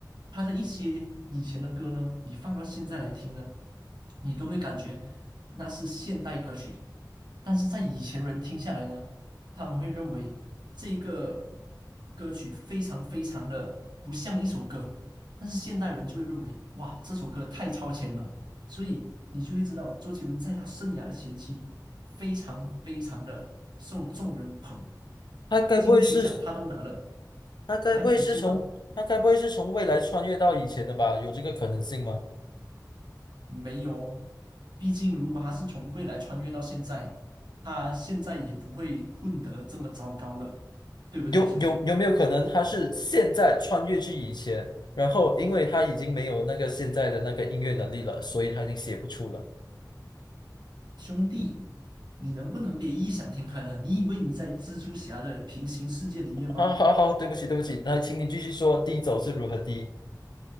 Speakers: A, on the right; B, on the left.
A: 他的一些以前的歌呢，你放到现在来听呢，你都会感觉。那是现代歌曲，但是在以前人听下来呢，他们会认为这个歌曲非常非常的不像一首歌，但是现代人就会认为哇，这首歌太超前了，所以你就会知道周杰伦在他生涯的前期非常非常的受众人捧，
B: 他该不会是
A: 金曲奖他都拿了。
B: 他该不会是从他该不会是从未来穿越到以前的吧？
A: 来，你先问。
B: 有这个可能性吗？
A: 没有，毕竟如果他是从未来穿越到现在，他现在也不会混得这么糟糕了，对不对，
B: 有有有没有可能他是现在穿越去以前，
A: 兄弟？
B: 然后因为他已经没有那个现在的那个音乐能力了，所以他已经写不出了。
A: 兄弟，你能不能别异想天开了？你以为你在蜘蛛侠的平行世界里面吗？
B: 好好好，对不起对不起，来，请你继续说，低走是如何低？